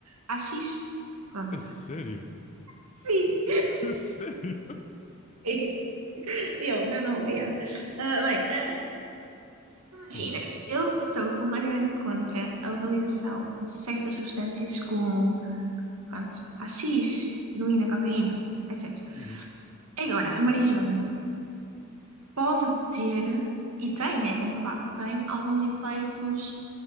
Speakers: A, on the right (about 80°); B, on the left (about 30°).
A: há X? Pronto.
B: A sério?
A: Sim.
B: <laughs> A sério?
A: <laughs> Eu, não, não, obrigada. Ah, bem, ah, imagina,
B: Fogo.
A: eu sou completamente contra a legalização de certas substâncias como, pronto, AX, heroína, cocaína, etc.
B: Uhum.
A: Agora, a marijuana pode ter, e tem, é comprovado que tem, alguns efeitos